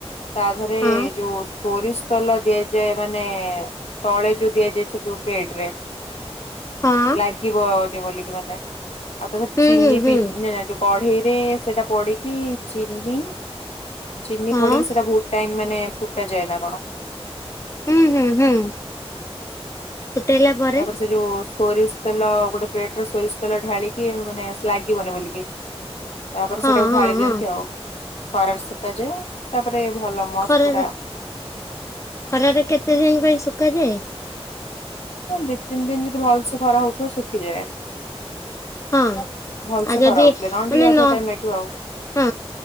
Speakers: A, on the left; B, on the left.
A: ତାଧରେ
B: ହଁ
A: ଯୋଉ ସୋରିଷ୍ ତେଲ ଦିଆଯାଏ ମାନେ ତଳେ ଯୋଉ ଦିଆଯାଏ ସେ ଯୋଉ ପ୍ଲେଟ୍ ରେ
B: ହଁ
A: ଲାଗିବନି ବୋଲିକି ମାନେ ଆଉ ତାପରେ
B: ହୁଁ
A: ଚିନି
B: ହୁଁ ହୁଁ
A: ଵି କଢେଇରେ ସେଟା ପଡିକି ଚିନି। ଚିନି
B: ହଁ
A: ପଡିକି ସେଟା ବହୁତ୍ ଟାଇମ୍ ମାନେ ଫୁଟା ଯାଏ ନାଁ କଣ।
B: ହୁଁ ହୁଁ ହୁଁ ଫୁଟେଇଲା। ପରେ
A: ତାପରେ ସେ ଯୋଉ ସୋରିଷ ତେଲ ଗୋଟେ ପ୍ଲେଟରେ ସୋରିଷ ତେଲ ଢାଳିକି ମାନେ ସ୍ଲା ଯିବନି ବୋଲିକି ତାପରେ
B: ହଁ
A: ସେଟାକୁ
B: ହଁ
A: ଢାଳି
B: ହଁ
A: ଦିଅନ୍ତି ଆଉ। ଖରାପ୍ ଶୁଖାଯାଏ ତାପରେ ଭଲ ମସ୍ତ
B: ଖରାରେ
A: ପୁରା।
B: ଖରାରେ କେତେ ଦିନ୍ ପାଇଁ ଶୁଖାଯାଏ?
A: ଦି ତିନଦିନ୍ ଯଦି ଭଲ ସେ ଖରା ହଉଥିବ ଶୁଖିଯାଏ।
B: ହଁ
A: ଭଲ
B: ଆଉ
A: ସେ
B: ଯଦି
A: ଖରା ହଉଥିଲେ ନହେଲେ
B: ମାନେ
A: ଟିକେ ଅଧିକ
B: ନ
A: ଟାଇମ୍ ଲାଗିବ ଆଉ।
B: ହଁ